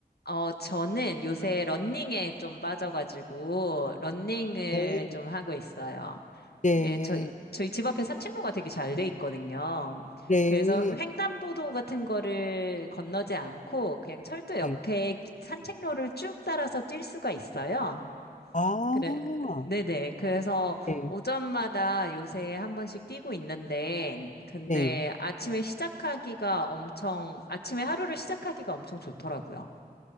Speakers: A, on the left; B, on the left.
A: 어, 저는 요새 러닝에 좀 빠져가지고 러닝을
B: 네,
A: 좀 하고 있어요.
B: 네,
A: 예, 저희, 저희 집 앞에 산책로가 되게 잘 돼 있거든요.
B: 네.
A: 그래서 횡단보도 같은 거를 건너지 않고 그냥 철도 옆에
B: 네.
A: 산책로를 쭉 따라서 뛸 수가 있어요.
B: 아,
A: 그래, 네네. 그래서
B: 네,
A: 오전마다 요새 한 번씩 뛰고 있는데, 근데
B: 네.
A: 아침에 시작하기가 엄청, 아침에 하루를 시작하기가 엄청 좋더라고요.